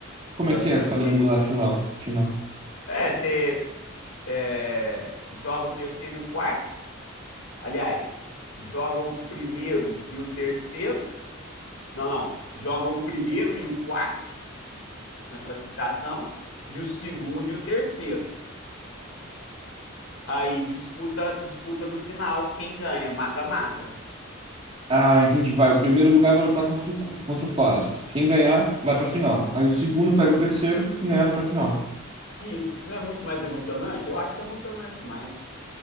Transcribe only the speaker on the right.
Como
é que
é quadrangular final? Final.
Ah, entendi. Vai, o primeiro lugar vai lutar contra o, qu- contra o quarto. Quem ganhar, vai pra final. Aí o segundo
pega o terceiro, quem ganhar vai pra final.